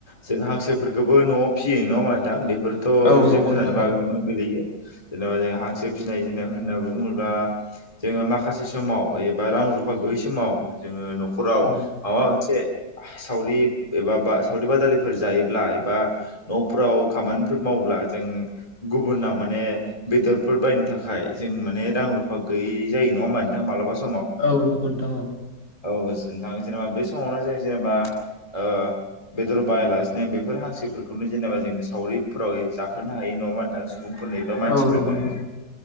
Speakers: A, on the left (about 20°); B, on the left (about 50°).
A: जों हांसोफोरखौबो न'आव फियो नङा नोंथां बेफोरथ'
B: औ
A: जिब
B: नंगौ
A: जुनारनि
B: नोंथां
A: माबायावनो
B: औ
A: गोलैयो लैथो जेनेबा जों हांसो फिसिनाय जेनेबा होननानै बुङोब्ला जोङो माखासे समाव बा रां रुफा गैयै समाव जोङो न'खराव
B: औ
A: माबा मोनसे सावरि एबा सावरि बादालिफोर जायोब्ला एबा न'फ्राव खामानिफोर मावोब्ला जों गुबुनाव माने बेदरफोर बायनो थाखाय जों माने रां रुफा गैयै जायो नङा होनबा नोंथां माबाला सम
B: औ नंगौ नोंथां औ
A: औ नोंथां जेनेबा बे समावनो जों जेनेबा ओ बेदर बायालासिनो बेफोर हांसोफोरखौनो जेनेबा जों सावरिफोराव जाहो जाहोनो हायो नङा होनबा नोंथां सुबुंफोरनो बा मानसिफोरनो
B: औ नंगौ नोंथां